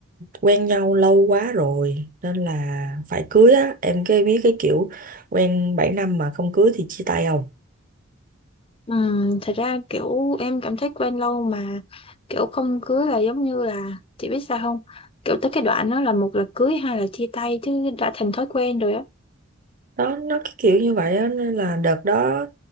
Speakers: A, on the right; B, on the left.
A: quen nhau lâu quá rồi nên là phải cưới á em cái biết cái kiểu quen 7 năm mà không cưới thì chia tay không
B: Ừm, thật ra kiểu em cảm thấy quen lâu mà kiểu không cưới là giống như là chị biết sao không kiểu tới cái đoạn đó là một là cưới hai là chia tay chứ đã thành thói quen rồi á
A: đó nó cái kiểu như vậy á nên là đợt đó